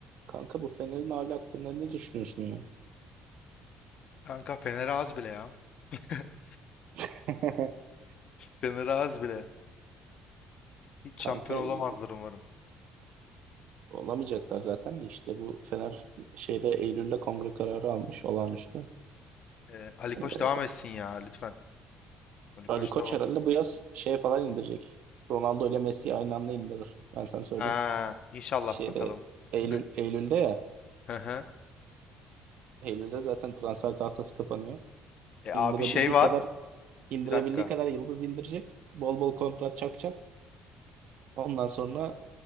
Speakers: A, on the right; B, on the left.
A: Kanka bu Fener'in hali hakkında ne düşünüyorsun ya?
B: Kanka Fener az bile ya. <laughs>
A: <laughs>
B: Fener az bile. Hiç
A: Kanka
B: şampiyon
A: e,
B: olamazlar umarım.
A: olamayacaklar zaten de işte bu Fener şeyde Eylül'de kongre kararı almış olağanüstü.
B: Ee, Ali Koç
A: Ee,
B: devam etsin ya lütfen. Ali
A: Ali
B: Koç
A: Koç
B: devam.
A: herhalde bu yaz şeye falan indirecek. Ronaldo ile Messi'yi aynı anda indirir. Ben sana söyleyeyim.
B: Ha, inşallah
A: Şeyde
B: bakalım.
A: Eylül
B: <laughs>
A: Eylül'de ya.
B: Hı hı.
A: Eylül'de zaten transfer tahtası kapanıyor.
B: E abi
A: İndirebildiği
B: şey var.
A: kadar indirebildiği
B: Bir dakika.
A: kadar yıldız indirecek. Bol bol kontrat çakacak. Ondan sonra